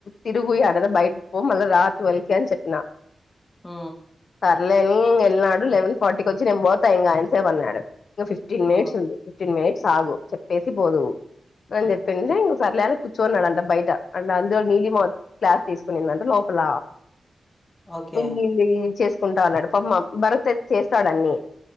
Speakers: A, on the left; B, on the left.
A: తిరుగు యాడన్న బయటికి పో మల్ల రా టువల్ కి అని చెప్పిన
B: ఆ
A: సర్లే ఎల్నాడు లెవెన్ ఫార్టీకి వచ్చి నేను పోతాయి ఇంగ ఎంసేపు అన్నాడు ఇంకా ఫిఫ్టీన్ మినిట్స్
B: ఉమ్
A: ఉంది ఫిఫ్టీన్ మినిట్స్ ఆగు చెప్పేసి పోదువు అని చెప్పింది ఇంక సర్లే అని కూర్చున్నాదండ బయట అంట అందులో నీలిమ వచ్చి క్లాస్ తీసుకునిందంట లోపల
B: ఓకే
A: <unintelligible> చేసుకుంటా ఉన్నాడు పాపం భరతయితే చేస్తాడు అన్ని